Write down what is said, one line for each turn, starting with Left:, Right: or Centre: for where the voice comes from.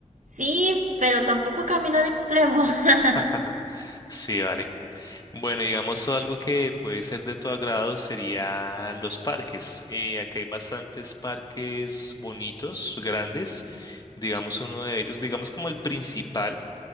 Right: Sí, pero tampoco camino al extremo. <laughs>
Left: <laughs> Sí, vale. Bueno, digamos algo que puede ser de tu agrado sería los parques. Eh, acá hay bastantes parques bonitos, grandes. Digamos uno de ellos, digamos como el principal.